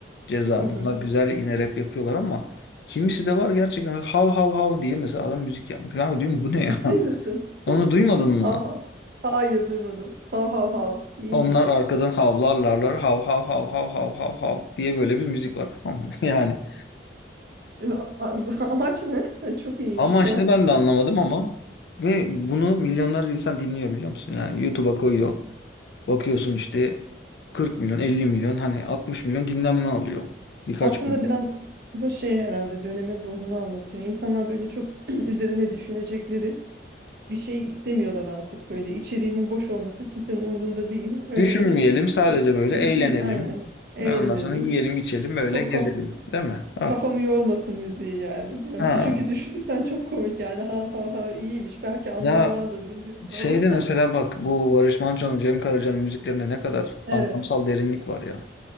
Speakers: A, on the left; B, on the right.
A: Ceza
B: Hmm.
A: bunlar güzel yine rap yapıyorlar ama kimisi de var gerçekten hav hav hav diye mesela adam müzik yapmış. Ya diyorum bu ne
B: Ciddi
A: ya?
B: misin?
A: <laughs> Onu duymadın mı?
B: Aha. Hayır duymadım. Hav hav hav. İyiymiş.
A: Onlar arkadan havlarlarlar hav hav hav hav hav hav hav diye böyle bir müzik var tamam mı? <laughs> Yani
B: A- a- Amaç ne? <laughs> Çok iyiymiş
A: Amaç
B: ya.
A: ne ben de anlamadım ama ve bunu milyonlarca insan dinliyor biliyor musun? Yani YouTube'a koyuyor. Bakıyorsun işte 40 milyon, 50 milyon hani 60 milyon dinlenme alıyor birkaç
B: Aslında
A: gün.
B: biraz da şey herhalde dönemin ruhunu anlatıyor. İnsanlar böyle çok <clears throat> üzerine düşünecekleri bir şey istemiyorlar artık. Böyle içeriğinin boş olması kimsenin umurunda değil. Öyle
A: Düşünmeyelim sadece
B: şey
A: böyle eğlenelim.
B: düşün aynen. Eğlenelim.
A: Ve ondan sonra yiyelim, içelim, böyle
B: Çok
A: gezelim.
B: kaf
A: Değil mi? Ha.
B: Kafamı yormasın müziği yani. Ya
A: Ha.
B: mesela Çünkü düşünürsen çok komik yani. Hav hav hav iyiymiş. Belki anlamı
A: Ya
B: vardır bilmiyorum
A: şeyde
B: ama.
A: mesela
B: <laughs>
A: bak bu Barış Manço'nun, Cem Karaca'nın müziklerinde ne kadar
B: Evet.
A: anlamsal derinlik var ya.